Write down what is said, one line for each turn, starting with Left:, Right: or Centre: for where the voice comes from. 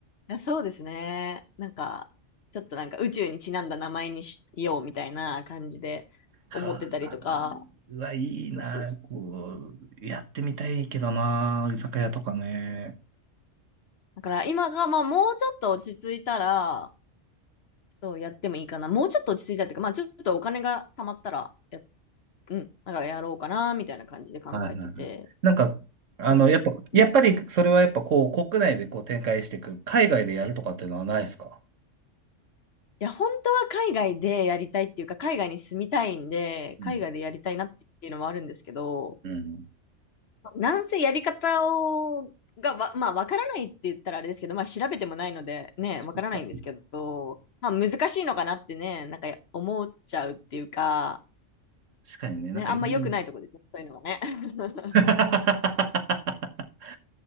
Left: そうですね。なんか、ちょっとなんか宇宙にちなんだ名前にしようみたいな感じで思ってたりとか、
Right: はあ、うわ、いいな。
Left: そうそうそう。
Right: こう、やってみたいけどな。居酒屋とかね。
Left: だから今がまあもうちょっと落ち着いたら、そうやってもいいかな。もうちょっと落ち着いたっていうか、まあちょっとお金が貯まったらや、うん、なんかやろうかな、みたいな感じで考えてて、
Right: はいはいはい。なんか、あの、
Left: って感じ。
Right: やっぱ、やっぱりそれはやっぱこう、
Left: うん
Right: 国内でこう展開していく、海外でやるとかっていうのはないですか
Left: いや、本当は海外でやりたいっていうか、海外に住みたいんで、海外でやりたいなっていうのもあるんですけど、
Right: うん。うん。
Left: なんせやり方を、がわ、まあ、わからないって言ったらあれですけど、まあ、調べてもないので、ね、
Right: そっか
Left: わからないんですけど、まあ、難しいのかなってね、なんか思っちゃうっていうか、
Right: 確かにね、なんかいろんな。
Left: ね、あんま良くないとこですね、そういうのがね。<laughs>
Right: <laughs>